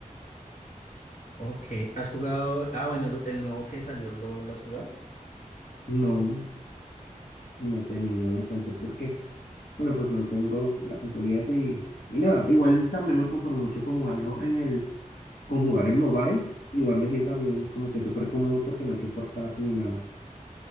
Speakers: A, on the left; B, on the left.
A: ok. ¿Has jugado? Ah, bueno, el, el nuevo que salió, ¿lo, lo has jugado?
B: No, no he tenido la chance. ¿Por qué? Bueno, pues no tengo la consolilla así y nada. Igual también me conformo mucho con jugarlo en el, con jugar el mobile. Igual me sienta bien, como que súper cómodo porque no hay que forzar ni nada.